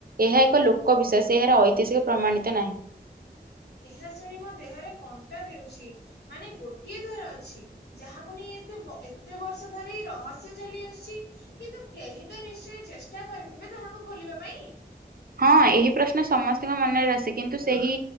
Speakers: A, on the right (about 60°); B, on the left (about 75°).
A: ଏହା ଏକ ଲୋକ ବିଶେଷ୍ ଏହାର ଐତିହାସିକ ପ୍ରମାଣିତ ନାହିଁ।
B: ଏହା ଶୁଣି ମୋ ଦେହରେ କଣ୍ଟା ଦେଉଛି ମାନେ ଗୋଟିଏ ଦଵାର ଅଛି ଯାହାକୁ ନେଇ ଏ ଏତେ ବର୍ଷ ଧରି ରହସ୍ୟ ଚାଲି ଆସୁଛି କିନ୍ତୁ କେହି ତ ନିଶ୍ଚୟ ଚେଷ୍ଟା କରିଥିବେ ତାହାକୁ ଖୋଲିବା ପାଇଁ।
A: ହଁ ଏହି ପ୍ରଶ୍ନ ସମସ୍ତଙ୍କ ମନରେ ଆସି କିନ୍ତୁ ସେହି